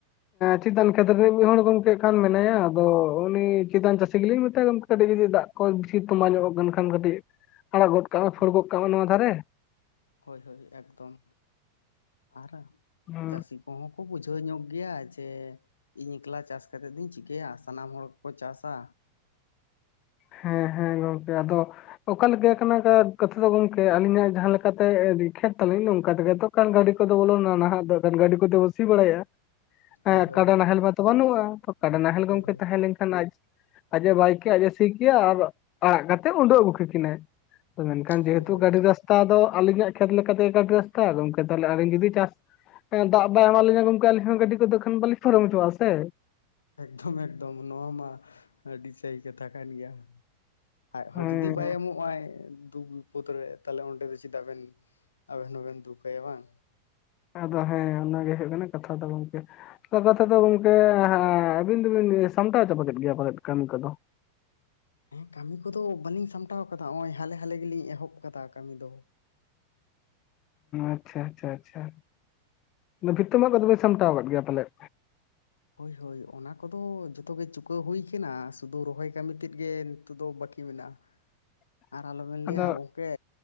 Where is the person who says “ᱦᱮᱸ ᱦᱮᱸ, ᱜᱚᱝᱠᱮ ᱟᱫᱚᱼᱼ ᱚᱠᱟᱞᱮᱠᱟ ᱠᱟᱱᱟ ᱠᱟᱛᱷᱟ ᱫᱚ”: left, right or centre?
Left